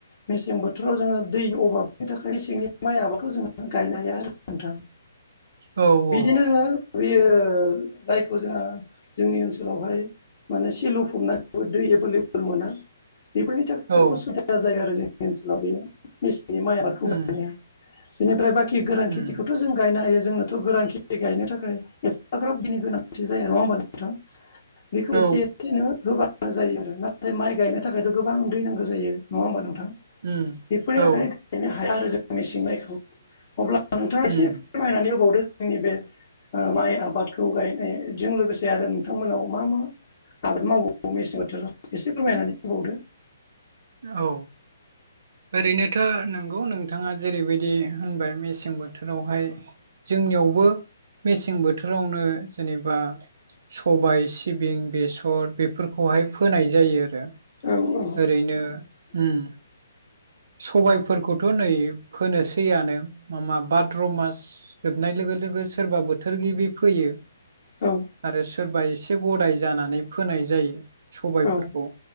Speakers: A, on the left (about 45°); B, on the right (about 55°).
A: मेसें बोथोराव जोङो दै अभाबनि थाखाय मेसेंनि माइ आबादखौ जोङो गायनो हाया आरो नोंथां।
B: औ
A: बिदिनो रोङो बेयो जायखौ जोङो जोंनि ओनसोलावहाय माने सेलु फबनानै दै एभेलेबोल मोना बेफोरनि नि थाखाय
B: औ
A: उसुबिदा जायो आरो जोंनि ओनसोलाव बेयो मेसेंनि माइ आबादखौ
B: उम
A: गायनो। बेनिफ्राय बाखि गोरान
B: उम
A: खेथिखौथ' जों गायनो हायो जोंनोथ' गोरांथि गायनो थाखाय एफाग्राब बिनि गोनांथि जाया नङा होमबा नोंथां। थां बेखौ
B: औ
A: एसे एसे नोङो होबाय मां जायो आरो नाथाय माइ गायनो थाखायथ' गोबां दै नांगौ जायो नङा होमबा नोंथां। बेफोरनि
B: उम औ
A: थाखाय गायनो हाया आरो जों मेसें माइखौ अब्ला नोंथाङा
B: उम
A: एसे फोरमायनानै होबावदो जोंनि बे माइ आबादखौ गायनायजों लोगोसे जे आरो नोंथांमोनाव मा मा आबाद मावबावो मेसें बोथोराव एसे फोरमायनानै होबावदो
B: औ ओरैनोथ' नंगौ नोंथाङा जेरैबायदि होनबाय मेसें बोथोरावहाय जोंनियावबो मेसें बोथोरावनो जेनेबा सबाय सिबिं बेसर बेफोरखौहाय फोनाय जायो आरो।
A: औ औ
B: ओरैनो उम सबायफोरखौथ' नै फोनोसैआनो माब भाद्र' मास जोबनाय लोगो लोगो सोरबा बोथोर गिबि फैयो
A: औ
B: आरो सोरबा एसे ग'दाय जानानै फोनाय जायो स'बायफोरखौ
A: औ